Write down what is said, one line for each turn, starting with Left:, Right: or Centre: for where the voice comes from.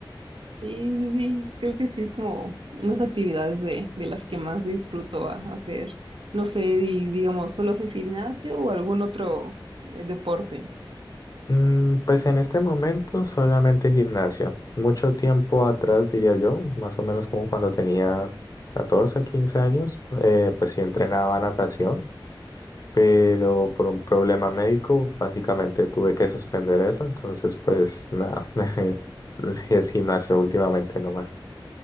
Right: Sí, sí, sí, creo que sí es como unas actividades de, de las que más disfruto a- hacer. No sé, y digamos, ¿solo haces gimnasio o algún otro eh, deporte?
Left: Mm, pues en este momento solamente gimnasio. Mucho tiempo atrás, diría yo, más o menos como cuando tenía 14 15 años, eh, pues sí entrenaba natación, pero por un problema médico básicamente tuve que suspender eso, entonces pues nada, <laughs> sí es gimnasio últimamente nomás.